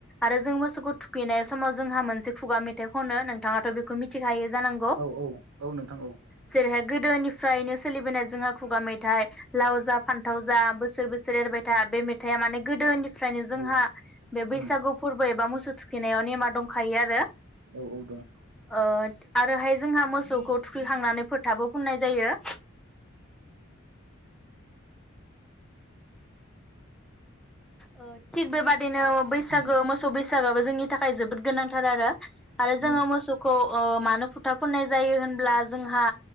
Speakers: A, in the centre; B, on the right.
A: आरो जों मोसौखौ थुखैनाय समाव जोंहा मोनसे खुगा मेथाइ खनो नोंथाङाथ बेखौ मिथिखायो। जानांगौ
B: औ औ औ नोंथां औ।
A: जेरैहाय गोदोनिफ्रायनो सोलिबोनाय जोंहा खुगा मेथाइ लाव जा फान्थाव जा बोसोर बोसोर एरबाय था बे मेथाइया माने। गोदोनि फ्रायनो जोंहा
B: औ
A: बे बैसागु
B: उम
A: फोरबो एबा मोस <unintelligible> थुखैनायाव नेमा दंखायो आरो।
B: औ औ दं।
A: ओ आरोहाय जोंहा मोसौखौ थुखैखांनानै फोथाबो फुननाय जायो। ओ थिग बेबा दिनो बैसागो
B: उम
A: मोसौ बैसाग साबाबो जोंनि थाखाय जोबोद गोनांथार आरो। आरो जोंङो
B: औ
A: मोसौखौ। ओ मानो फुथा फुननाय जायो होनब्ला जोंहा